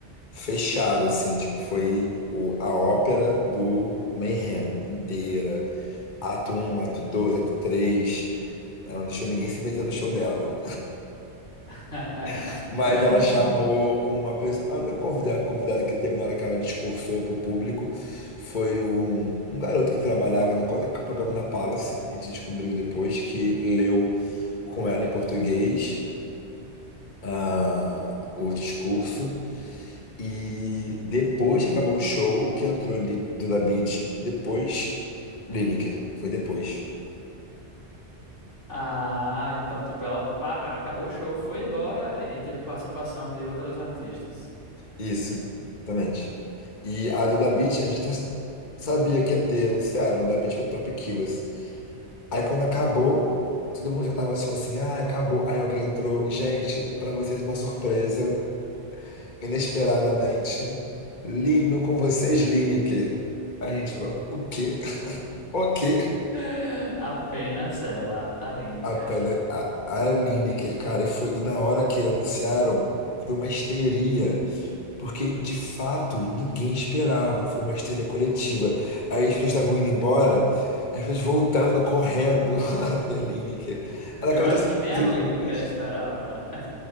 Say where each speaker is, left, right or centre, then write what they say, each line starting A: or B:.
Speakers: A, on the left; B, on the left.
A: fechado, assim, tipo, foi o, a ópera do Mayhem inteira. Ato um, ato 2, ato 3. Ela não deixou ninguém se meter no show dela.
B: <laughs>
A: <laughs> Mas ela chamou uma pessoa. A única convida- convidada que teve na hora que ela discursou pro público foi um, um garoto que trabalhava na Copacabana Palace. A gente descobriu depois que leu com ela em português ah, o discurso. E depois que acabou o show, que entrou Li- Duda Beat, depois Lineker. Foi depois.
B: Ah, então, tipo, ela, par... ela acabou o show, foi embora e aí teve participação de outras artistas.
A: Isso, exatamente. E a Duda Beat, a gente até sabia que ia ter, anunciaram, Duda Beat com o Top Killers. Aí quando acabou, todo mundo já tava tipo assim, ah, acabou. Aí alguém entrou, gente, pra vocês uma surpresa, inesperadamente, Lino com vocês, Lineker. Aí A gente falou, o quê? <laughs> O quê?
B: <laughs> Apenas ela, a Lineker.
A: A, Pele- a, a Lineker, cara, e foi, e na hora que anunciaram, foi uma histeria, porque de fato ninguém esperava, foi uma histeria coletiva. Aí as pessoas estavam indo embora, as pessoas voltando, correndo, <laughs> a ver a Lineker. Ela
B: Eu
A: cantou
B: acho
A: cinco
B: que nem a
A: musiquinhas.
B: Lineker esperava, né?